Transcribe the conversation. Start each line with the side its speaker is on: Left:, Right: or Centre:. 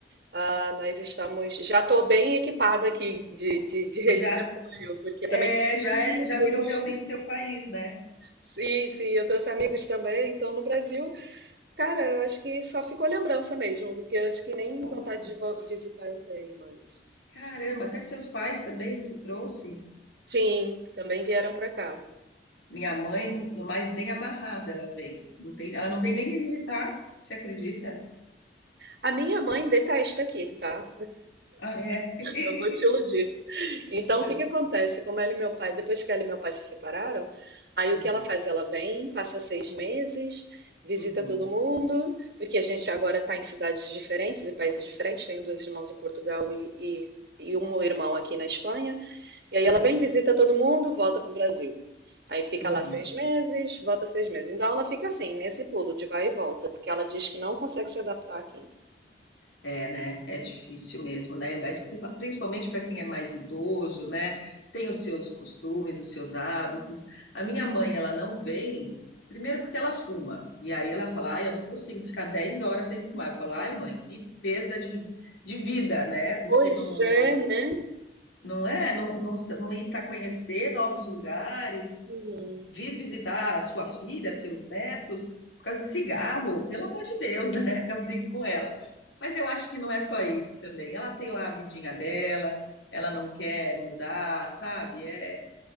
Right: ah, nós estamos. Já estou bem equipada aqui de, de, de rede
Left: Já
Right: de apoio, porque
Left: é,
Right: também trouxe
Left: já
Right: amigos.
Left: é, já virou realmente seu país, né?
Right: Sim, sim, eu trouxe amigos também. Então, no Brasil, cara, eu acho que só ficou lembrança mesmo, porque eu acho que nem
Left: Olha,
Right: vontade de vo- visitar eu tenho, mas.
Left: caramba, até seus pais também você trouxe?
Right: Sim, também vieram para cá.
Left: Minha mãe, não, mas nem amarrada ela vem. Não tem, ela não vem nem me visitar, você acredita?
Right: A minha mãe detesta aqui, tá?
Left: Ah, é.
Right: <laughs>
Left: <laughs>
Right: Não vou te iludir. Então,
Left: É.
Right: o que que acontece? Como ela e meu pai, depois que ela e meu pai se separaram, aí o
Left: Uhum,
Right: que ela faz? Ela vem, passa seis meses, visita
Left: uhum,
Right: todo mundo, porque a gente agora está em cidades diferentes e países diferentes. Tenho dois irmãos em Portugal e, e, e um irmão aqui na Espanha. E aí
Left: aham,
Right: ela vem, visita todo mundo, volta para o Brasil. Aí fica
Left: uhum.
Right: lá seis meses, volta seis meses. Então ela fica assim, nesse pulo de vai e volta, porque ela diz que não consegue se adaptar aqui.
Left: É, né? É difícil mesmo, né? Mas pri- principalmente para quem é mais idoso, né? Tem os seus costumes, os seus hábitos. A minha mãe, ela não vem, primeiro porque ela fuma. E aí ela fala, ai, eu não consigo ficar 10 horas sem fumar. Eu falo, ai, mãe, que perda de, de vida, né? Você
Right: Pois
Left: não,
Right: é,
Left: não,
Right: né?
Left: não é, não, não, não ir para conhecer novos lugares,
Right: Uhum.
Left: vir visitar sua filha, seus netos, por causa de cigarro, pelo amor de Deus, né? <laughs> Eu brigo com ela. Mas eu acho que não é só isso também. Ela tem lá a vidinha dela, ela não quer mudar, sabe? É